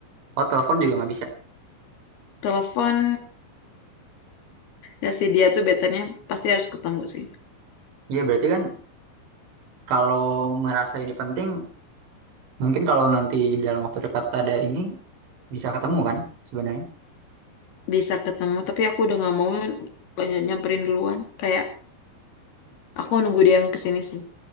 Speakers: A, on the right (about 85°); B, on the left (about 60°).
A: Oh telepon juga nggak bisa.
B: telepon ya si dia tuh betanya pasti harus ketemu sih
A: Ya berarti kan kalau merasa ini penting mungkin kalau nanti dalam waktu dekat ada ini bisa ketemu kan sebenarnya.
B: bisa ketemu tapi aku udah nggak mau ny- nyamperin duluan kayak aku nunggu dia yang kesini sih